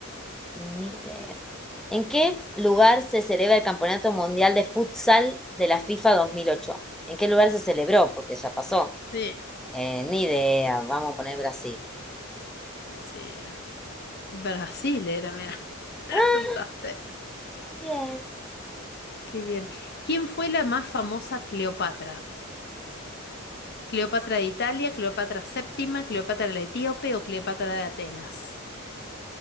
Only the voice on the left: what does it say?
Sí,
sí. Brasil era, mira. <laughs> Acertaste.
Qué bien. ¿Quién fue la más famosa Cleopatra? ¿Cleopatra de Italia, Cleopatra séptima, Cleopatra la etíope o Cleopatra de Atenas?